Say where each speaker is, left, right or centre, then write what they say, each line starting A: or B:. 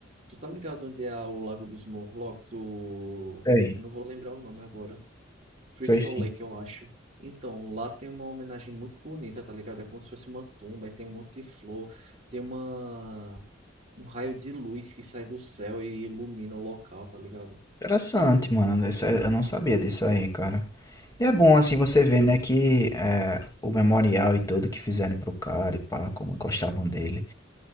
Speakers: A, on the right; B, on the left.
A: Tu tá ligado onde é a- o Lago dos Morlocks? O...
B: Sei,
A: Eu não vou lembrar o nome agora. Crystal
B: sei sim.
A: Lake, eu acho. Então, lá tem uma homenagem muito bonita, tá ligado? É como se fosse uma tumba, aí tem um monte de flor, tem uma... um raio de luz que sai do céu e ilumina o local, tá ligado?
B: Interessante, mano. Isso é- eu não sabia disso aí, cara. E é bom, assim, você ver, né, que é, o memorial e tudo que fizeram pro cara e pá, como gostavam dele.